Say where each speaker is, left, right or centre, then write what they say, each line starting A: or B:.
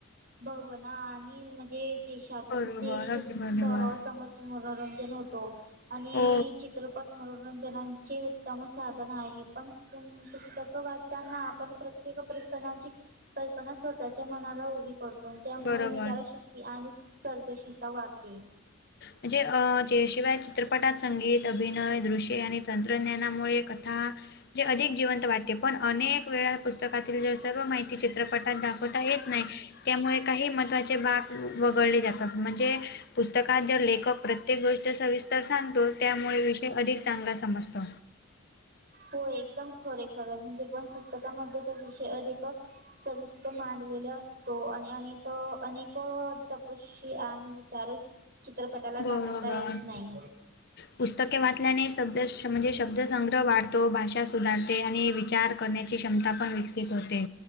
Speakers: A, on the right; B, on the left.
A: बघून आणि म्हणजे-
B: बरोबर,
A: देश
B: अगदी बरोबर.
A: सह समज मनोरंजन होतो. आणि
B: हो,
A: चित्रप- मनोरंजनाचे उत्तम- साधन आहे. पण पुस्तक वाचताना आपण प्रत्येक पुस्तकांची- कल्पना स्वतःच्या मनाला उभी करतो. आणि त्यामुळे
B: बरोबर.
A: विचारा शक- आणि सर्जशीलता वाढते.
B: म्हणजे, अ जे शिवाय चित्रपटात संगीत, अभिनय, दृश्य आणि तंत्रज्ञानामुळे कथा- म्हणजे अधिक जिवंत वाटते. पण अनेक वेळा पुस्तकातील जे सर्व माहिती चित्रपटात दाखवता येत नाही. त्यामुळे काही महत्त्वाचे भाग वगळले जातात. म्हणजे पुस्तक- कात जर लेखक प्रत्येक गोष्टी सविस्तर सांगतो. त्यामुळे विषय अधिक चांगला समजतो.
A: हो. एकदम खरेय खरं. म्हणजे पण पुस्तकामध्ये तर विषय अधिक- सविस्तर मांडलेला असतो. आणि अनेक अनेक तप- आणि विचारच चित्रपटाला
B: बरोबर.
A: दाखवता येत नाही.
B: पुस्तके वाचल्याने शब्द म्हणजे शब्दसंग्रह वाढतो. भाषा सुधारते. आणि विचार- करण्याची क्षमता पण विकसित होते.